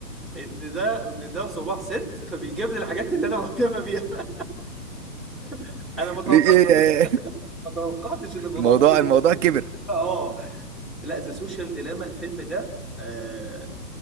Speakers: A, in the centre; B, on the right.
A: ان ده ان ده صباع ست فبيجيب لي الحاجات اللي انا مهتمه بيها <laughs> انا
B: <laughs>
A: ما توقعش ان <laughs> ما توقعتش ان الموضوع
B: الموضوع
A: ممكن
B: الموضوع
A: يكون
B: كبر
A: اه آه. لا ذا سوشيال ديلاما الفيلم ده آه،